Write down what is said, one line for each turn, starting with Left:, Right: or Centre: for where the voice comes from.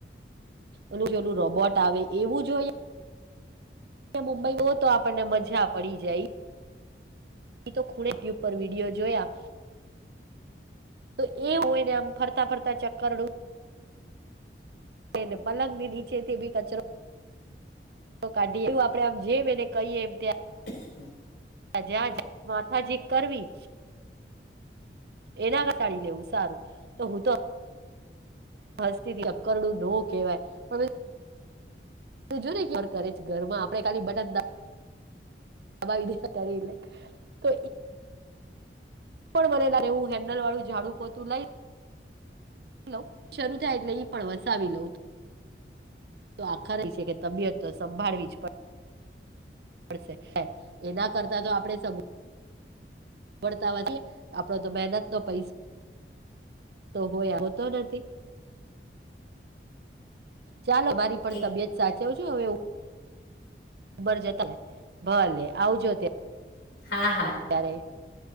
Right: એલું જેલું રોબોટ આવે એવું જોઈએ. મુંબઈ હો તો આપણને મજા પડી જાય. એ તો ખૂણે ટ્યુબ પર વિડીયો જોયા. તો એ હોય ને આમ ફરતા ફરતા ચેક કરડું. ને પલંગ ની નીચેથી બી કચરો. કાઢીએ એવું આપડે આમ જેમ એને કહીએ એમ ત્યા.
Left: હ <unintelligible>
Right: જ્યા માથાજી કરવી. એના કે સાડી લેવું સારું તો હું તો. હસ્તીથી અપકરણું ન કહેવાય પણ તું જો ને કરે ઘર માં આપે ખાલી બટ દબાવીને કરીરે તો પણ બનેલા રહેવું હેન્ડલ વાળુંઝાડું પોતું લઈ. લવ શરૂ થાય એટલે ઈ પણ વસાવી લઉં. તો આખા ર છે કે તબિયત તો સંભાળવી જ પડે. પડશે એના કરતા તો આપડે સગવડ. વડતા હોય છે આપડો તો મહેનત નો પૈસા. તો હોય આવતો નથી. ચાલો મારી પણ
Left: એક
Right: તબિયત. સાચવજો હવે ઉબર જતા ભલે આવજો ત્યાં
Left: હા હા
Right: ત્યારે.